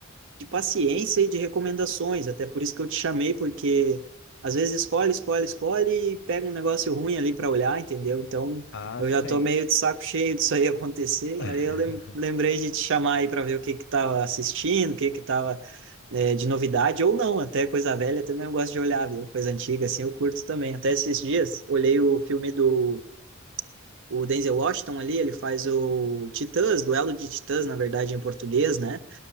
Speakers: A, on the right; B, on the left.
A: de paciência e de recomendações. Até por isso que eu te chamei, porque às vezes escolhe, escolhe, escolhe e pega um negócio ruim ali para olhar, entendeu? Então
B: Ah,
A: eu
B: sim.
A: já tô meio de saco cheio disso aí <laughs> acontecer.
B: <laughs>
A: Aí eu lem- lembrei de te chamar aí para ver o que que tava assistindo, o que que tava é, de novidade, ou não, até coisa velha também eu gosto de olhar, viu? Coisa antiga, assim, eu curto também. Até esses dias, olhei o filme do o Denzel Washington ali, ele faz o Titãs, Duelo de Titãs, na verdade, em português, né?